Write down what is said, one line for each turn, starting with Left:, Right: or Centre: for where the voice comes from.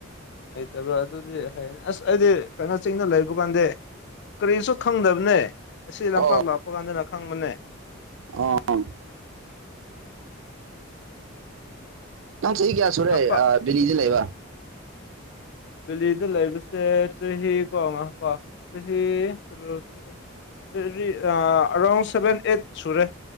Left: ꯍꯩꯇꯕ꯭ꯔꯥ ꯑꯗꯨꯗꯤ ꯐꯅꯤ ꯑꯁ ꯑꯩꯗꯤ ꯀꯩꯅꯣ ꯆꯤꯡꯅ ꯂꯩꯕ ꯀꯥꯟꯗ ꯀꯔꯤꯁꯨ ꯈꯪꯗꯕꯅꯦ ꯑꯁꯤ ꯂꯝꯄꯥꯛ
Right: ꯑꯣ
Left: ꯂꯥꯛꯄ ꯀꯥꯟꯗꯅ ꯈꯪꯕꯅꯦ
Right: ꯑꯣ ꯅꯪ ꯆꯥꯍꯤ ꯀꯌꯥ ꯁꯨꯔꯦ
Left: ꯂꯝꯄꯥꯛ
Right: ꯗꯤꯂꯤꯗ ꯂꯩꯕ
Left: ꯗꯦꯂꯤꯗ ꯂꯩꯕꯁꯦ ꯆꯍꯤ ꯀꯣ ꯉꯥꯏꯈꯣꯀꯣ ꯆꯍꯤ ꯇꯔꯨ ꯇꯔꯦꯠ ꯑꯔꯥꯎꯟ ꯁꯚꯦꯟ ꯑꯩꯠ ꯁꯨꯔꯦ